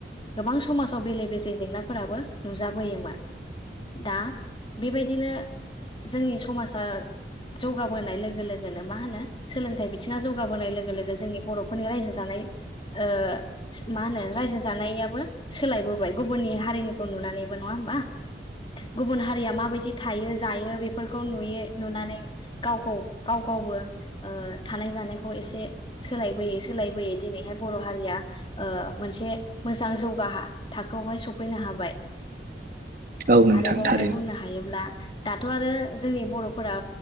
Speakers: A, on the left; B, on the right.
A: गोबां समाजआव बेले-बेजे जेंनाफोराबो नुजाबोयोमोन। दा बेबायदिनो जोंनि समासा जौगाबोनाय लोगो-लोगोनो मा होनो सोलोंथाइ बिथिङा जौगाबोनाय लोगो-लोगो जोंनि बर'फोरनि रायजो जानाय ओ मा होनो रायजो जानायाबो सोलायबोबाय गुबुन नि हारिनिखौ नुनानैबो नङा होमबा? गुबुन हारिया माबायदि थायो जायो बेफोरखौ नुयो नुनानै गावखौ गाव गावबो ओ थानाय-जानायखौ एसे सोलायबोयै-सोलायबोयै दिनैहाय बर' हारिया ओ मोनसे मोजां जौगा हा थाखोआव हाय सफैनो हाबाय।
B: <inaudible> औ नोंथां
A: आरो बावहाय
B: थारैनो
A: बुंनो हायोब्ला दाथ' आरो जोंनि बर'फोरा